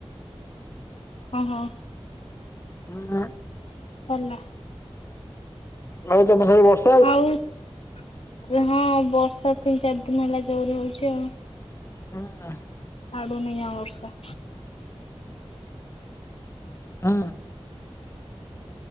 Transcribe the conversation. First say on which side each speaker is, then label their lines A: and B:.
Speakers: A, on the left; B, on the left.
A: ଓ ହୋ।
B: ଉ ନା।
A: ଭଲ।
B: ଲାଗୁଚ ବର୍ଷାରେ ବସ।
A: ଆଉ <inaudible> ହଁ ବର୍ଷା ତିନି ଚାରି ଦିନି ହେଲା ଜୋରେ ହଉଚି ଆଉ।
B: <inaudible> ଲା
A: ଆଉ ଦୁନିଆ ବର୍ଷା।
B: <inaudible>